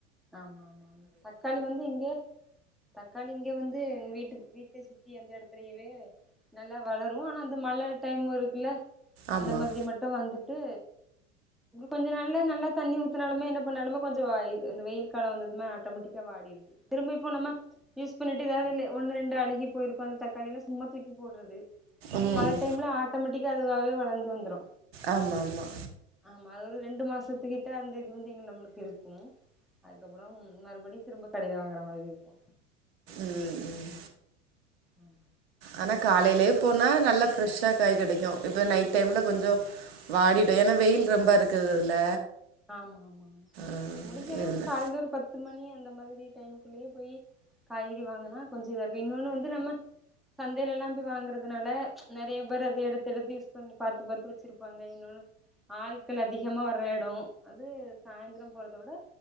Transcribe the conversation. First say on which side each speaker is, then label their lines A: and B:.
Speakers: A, in the centre; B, on the right.
A: ஆமா ஆமா ஆமா தக்காளி வந்து இங்க தக்காளி இங்க வந்து வீட்டு வீட்ட சுத்தி எந்த இடத்துலயுமே நல்லா வளரு ஆனா அந்த மழை டைம் இருக்குல்ல
B: ஆமாம்
A: அந்த மாதிரி மட் வந்துட்டு கொஞ்ச நாள்ள நல்லா தண்ணி ஊத்தினாலுமே என்ன பண்ணாலுமே கொஞ்ச இந்த வெயில் காலம் வந்ததுமே ஆட்டோமேட்டிக்கா வாடிடுது திரும்ப இப்போ நம்ம யூஸ் பண்ணிட்டு எதாவது ஒன்னு ரெண்டு அழுகி போயிருக்கு அந்த தக்காளியில சும்மா தூக்கி போடுறது அந்த
B: ம்
A: மழை டைம்ல ஆட்டோமேட்டிக்கா அதுவாவே வளர்ந்து வந்துரு
B: ஆமா ஆமா
A: ஆமா அது ஒரு ரெண்டு மாசத்துக்கிட்ட அந்த இது வந்து எங்க நம்மளுக்கு இருக்கும் அதுக்கப்புறம் மறுபடியு திரும்ப கடையில வாங்குற மாதிரி இருக்கு
B: ம் ம்
A: உஹம்
B: ஆனா காலையிலே போனா நல்லா ஃப்ரெஷ்ஷா காய் கிடைக்கும் இப்ப நைட் டைம்ல கொஞ்ச வாடிடு ஏன்னா வெயில் ரொம்ப இருக்குதுல்ல
A: ஆமா ஆமா ஆமா
B: ஆ,
A: முடிஞ்ச அளவுக்கு
B: இருந்தா
A: காலந்த ஒரு பத்து பத்து மணி அந்த மாதிரி டைமுக்குள்ளேயே போய் காய்கறி வாங்கனா கொஞ்சம் இதா இருக்கும் இன்னொன்னு வந்து நம்ம சந்தையில எல்லா போய் வாங்குறதுனால நெறைய பேர் அத எடுத்து எடுத்து யூஸ் பண்ணி பாத்து பாத்து வச்சிருப்பாங்க இன்னொன்னு ஆள்கள் அதிகமா வர்ற இடம் அது சாயந்திரம் போறத விட